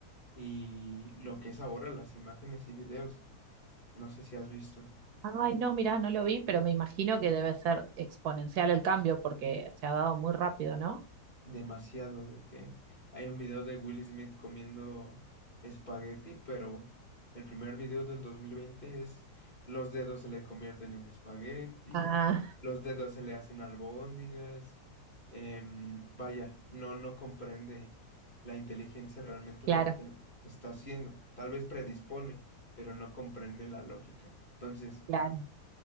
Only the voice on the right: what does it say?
Ay, no, mirá, no lo vi, pero me imagino que debe ser exponencial el cambio porque se ha dado muy rápido, ¿no?
Ah,
claro,
claro.